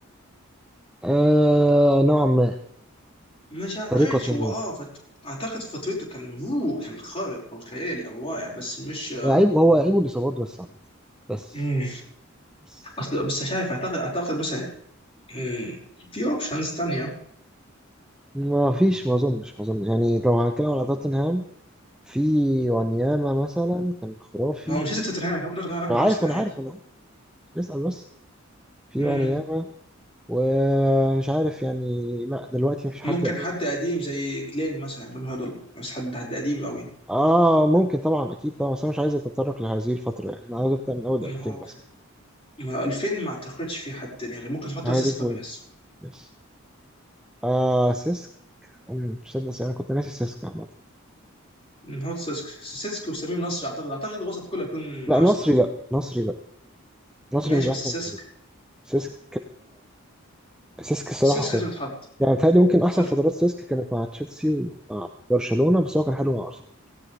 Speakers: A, in the centre; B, on the left.
A: آه نوعا ما
B: مش اعتقدش
A: طريقة
B: هو
A: ما
B: اه فت... اعتقد فترته كان هو كان خارق او خيالي او رائع بس مش آه،
A: لعيب هو لعيبه الإصابات بس عامة بس
B: مم.
A: بس
B: اصل بس مش عارف اعتقد اعتقد مثلا مم، في اوبشنز تانية
A: ما فيش ما اظنش ما اظنش يعني لو هنتكلم على توتنهام في وانياما مثلا كان خرافي
B: ما هو مش لازم توتنهام احنا ممكن ناخد واحد
A: انا
B: من ارسنال
A: عارف انا
B: عادي
A: عارف انا عارف اسأل بس في
B: مم.
A: وانياما ومش عارف يعني لا دلوقتي مفيش حد
B: ممكن
A: قوي
B: حد قديم زي جلين مثلا جون هودل بس حد حد قديم قوي
A: اه ممكن طبعا اكيد طبعا بس انا مش عايز اتطرق لهذه الفترة يعني انا عاوز ابدا من اول
B: ما
A: 2000
B: هو
A: بس
B: ما هو 2000 ما اعتقدش في حد يعني ممكن تحط
A: هي
B: اساس
A: دي البوينت
B: فابريجاس
A: بس آه سيسك أم، تصدق انا كنت ناسي سيسك عامة
B: مم، هو سيسك سيسك وسمير نصر اعتقد اعتقد الوسط كله هيكون
A: لا
B: ارسنال
A: نصري لا نصري لا نصري
B: ماشي
A: مش احسن
B: بس سيسك
A: من كده سيسك سيسك الصراحة
B: سيسك
A: خرافي
B: لازم يتحط
A: يعني بيتهيألي ممكن أحسن
B: لازم يتحط.
A: فترات سيسك كانت مع تشيلسي ومع برشلونة بس هو كان حلو مع أرسنال